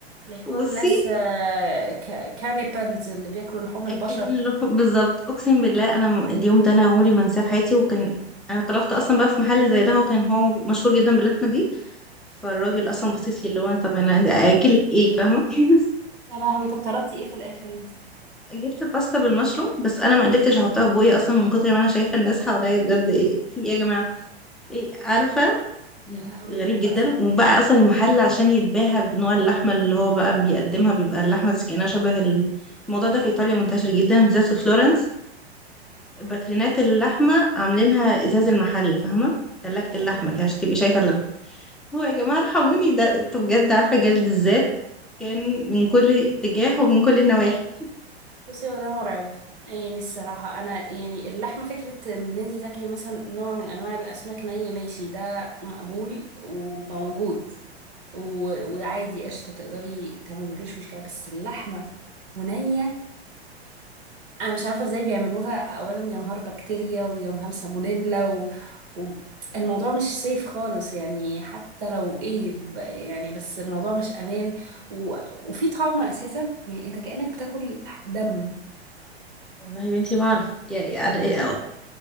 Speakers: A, on the right; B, in the centre.
A: ليكون
B: وبصي
A: ناس آه، ك- كانيبالز اللي بياكلوا لحوم
B: اكلين
A: البشر
B: اللحوم <laughs> بالظبط اقسم بالله انا م- اليوم ده انا عمري ما انساه في حياتي وكان انا طلبت اصلا بقى في محل زي ده هو كان هو مشهور جدا باللحمه دي فالراجل اصلا بصيت لي اللي هو طب انا اكلك ايه فاهمه <laughs>
A: يا لهوي طب طلبتي ايه في الاخر انت
B: جبت باستا بالمشروم بس انا ما قدرتش احطها في بوقي اصلا من كتر ما انا شايفه الناس حواليا بجد ايه في ايه يا جماعه ايه عارفه
A: يا لهوي
B: غريب
A: لا
B: جدا
A: صعب
B: وبقى
A: جدا
B: اصلا المحل عشان يتباهى بنوع اللحمه اللي هو بقى بيقدمها بيبقى اللحمه كأنها شبه ال- الموضوع ده في ايطاليا منتشر جدا بالذات في فلورنس باترينات اللحمة عاملينها ازاز المحل فاهمة تلاجة
A: ايوه
B: اللحمة كده عشان تبقي شايفة اللحمة هو يا جماعة ارحموني ده انتوا بجد عارفة جلد الذات كان من كل اتجاه ومن كل النواحي
A: بصي هو ده مرعب يعني الصراحة أنا يعني اللحمة فكرة إن أنتي تاكلي مثلا نوع من أنواع الأسماك ني ماشي ده مقبول وموجود و... وعادي قشطة تقدري تمام مفيش مشكلة بس اللحمة ونية انا مش عارفه ازاي بيعملوها اولا يا نهار بكتيريا ويا نهار سالمونيلا و... و... الموضوع مش سيف خالص يعني حتى لو ايه ب- يعني بس الموضوع مش امان و... وفي طعم اساسا يعني انت كأنك بتاكل دم
B: والله يا بنتي ما اعرف يعني انا